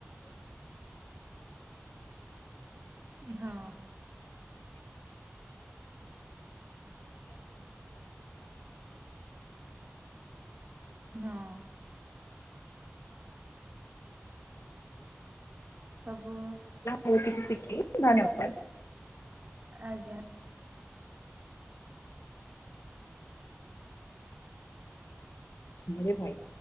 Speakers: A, on the right; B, on the left.
A: ହଁ। ନାଁ। ସବୁ
B: ମୁଁ କିଛି ଶିଖିଲି ଧନ୍ୟବାଦ।
A: ଆଜ୍ଞା।
B: ରେ ଭାଇ